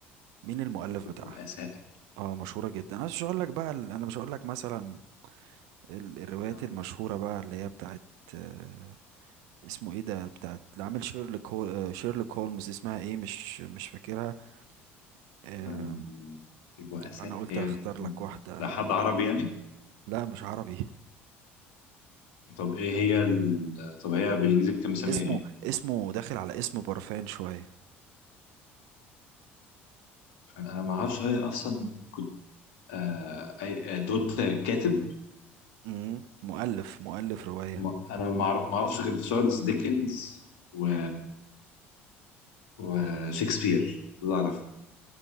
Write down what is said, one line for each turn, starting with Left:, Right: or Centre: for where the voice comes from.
Right: مين المؤلف
Left: البؤساء
Right: بتاعها اه مشهورة جدا انا مش هقول لك بقى ال- انا مش هقول لك مثلا ال- الروايات
Left: آه،
Right: المشهورة بقى اللي هي بتاعت آه، اسمه ايه ده بتاعت اللي عامل شيرلوك هول آه، شيرلوك هولمز اسمها ايه مش مش فاكرها آه،
Left: آه، البؤساء
Right: انا قلت
Left: هي
Right: اختار لك واحدة
Left: ده حد عربي يعني
Right: لا مش عربي
Left: طب ايه هي ال... طب هي بالانجليزي كان بيسميها
Right: اسمه
Left: ايه
Right: اسمه داخل على اسم برفان شوية
Left: انا ما اعرفش غير اصلا كنت آه... أي... آه، قلت كاتب
Right: مم، مؤلف مؤلف رواية
Left: ما... انا ما أعرف- ما اعرفش غير تشارلز ديكنز و... وشكسبير دول اعرفه